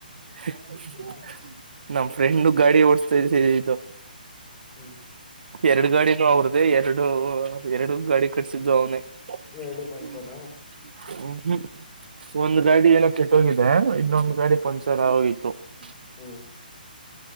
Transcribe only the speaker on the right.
<unintelligible>
ನಮ್, ಫ್ರೆಂಡು ಗಾಡಿ ಓಡಿಸ್ತಾ ಇದ್ದಿದ್ದು ಇದು
ಎರಡು, ಗಾಡಿನು, ಅವರು? <inaudible> ಅದೇ, ಎರಡು, ಎರಡು, ಗಾಡಿ, ಕಟ್ಸಿದು, ಅವನೇ? <inaudible>
ಹ್ಮ, ಹ್ಮ್, ಒಂದ್ ಗಾಡಿ! ಏನೋ ಕೆಟ್ಟ ಹೋಗಿದೆ? <inaudible> ಇನ್ನೊಂದು ಗಾಡಿ ಪಂಚರ್ ಆಗೋಗಿತ್ತು?
<inaudible>